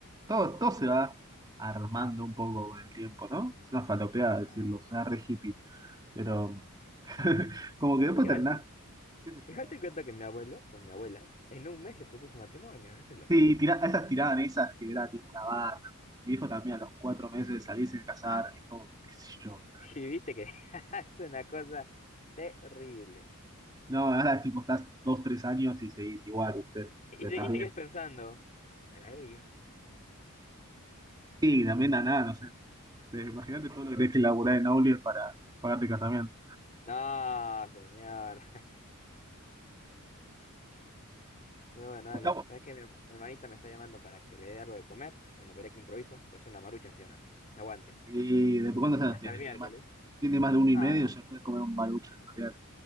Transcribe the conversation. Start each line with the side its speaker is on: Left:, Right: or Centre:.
Right: Todo, todo se va armando un poco con el tiempo, ¿no? Es una falopeada decirlo,
Left: Ah,
Right: suena re hippie, pero <laughs> como que después
Left: Igual,
Right: terminás, qué sé
Left: igual
Right: yo.
Left: te cuento
Right: yo-
Left: que mi abuelo, con mi abuela, en un mes le propuso matrimonio, eso es loquito.
Right: Sí, tira, esas tiraban esas que era tipo una banda. Mi viejo también a los cuatro meses de salir se casaron, es como, qué sé yo.
Left: <laughs> Y viste que <laughs> es una cosa terrible.
Right: No, ahora tipo estás dos, tres años y seguís igual, ¿viste?
Left: Y,
Right: Te
Left: te-
Right: estás
Left: y
Right: bien.
Left: sigues pensando, ¿será ella?
Right: Sí, también da nada, no sé. Eh, Imagínate todo lo que tenés que laburar en Aulier para pagarte casamiento.
Left: No, señor. Bueno, bueno,
Right: <laughs>
Left: dale.
Right: Está,
Left: ¿Sabes qué? Mi, her- mi hermanita me está llamando para que le dé algo de comer. Bueno, veré que improviso. Pues una marucha, ¿sí o no? Se aguante.
Right: Y después, ¿cuántos años
Left: Hasta
Right: tiene?
Left: el miércoles.
Right: Tiene más, tiene más de uno y
Left: Ah,
Right: medio, ya puede comer un barucho en realidad.